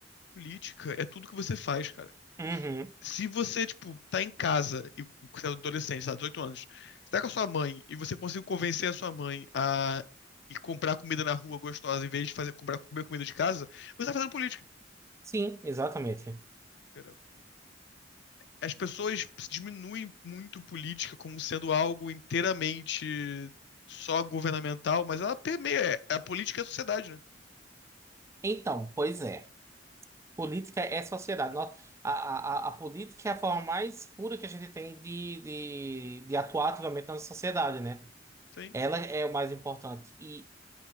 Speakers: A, on the left (about 65°); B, on the right (about 15°).
A: política é tudo que você faz, cara.
B: Uhum.
A: se você, tipo, tá em casa, e você é adolescente, tá, 18 anos, você tá com a sua mãe e você conseguiu convencer a sua mãe a ir comprar comida na rua gostosa em vez de fazer comprar comer comida de casa, você tá fazendo política,
B: Sim, exatamente.
A: entendeu? As pessoas diminuem muito política como sendo algo inteiramente só governamental, mas ela permeia, é, a política é a sociedade, né?
B: Então, pois é. Política é sociedade. Nó- A, a, a a política é a forma mais pura que a gente tem de, de, de atuar ativamente na sociedade, né?
A: Sim,
B: Ela é o mais importante. E